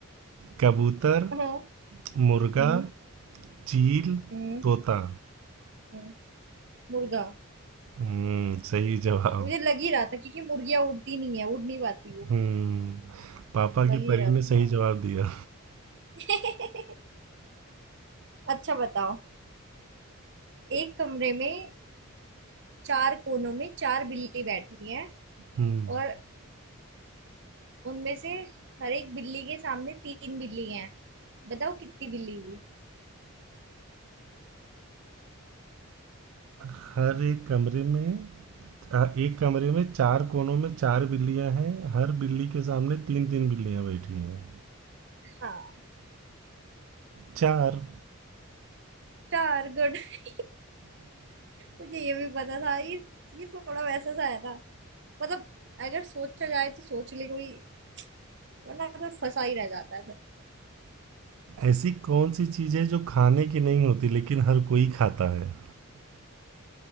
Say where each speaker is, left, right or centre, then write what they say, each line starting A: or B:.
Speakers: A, on the right (about 70°); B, on the right (about 55°).
A: कबूतर
B: हाँ
A: मुर्गा
B: हम्म
A: चील
B: हम्म
A: तोता
B: हम्म, मुर्गा
A: हम्म सही जवाब
B: मुझे लग ही रहा था क्योंकि मुर्गियां उड़ती नहीं है उड़ नहीं पाती वो
A: हम्म पापा
B: लग
A: की
B: ही
A: परी
B: रहा
A: ने
B: था
A: सही जवाब दिया
B: <laughs> अच्छा बताओ एक कमरे में चार कोनों में चार बिल्ली बैठी हैं
A: हम्म
B: और उनमें से हर एक बिल्ली के सामने तीन बिल्ली हैं बताओ कितनी बिल्ली हुई
A: हर एक कमरे में आ, एक कमरे में चार कोनों में चार बिल्लियां हैं हर बिल्ली के सामने तीन तीन बिल्लियां बैठी हैं
B: हाँ
A: चार
B: चार गुड <laughs> मुझे ये भी पता था ये ये थोड़ा वैसा सा है ना मतलब अगर सोचा जाए तो सोच ले कोई वरना तो फंसा ही रह जाता है फिर
A: ऐसी कौन सी चीज है जो खाने की नहीं होती लेकिन हर कोई खाता है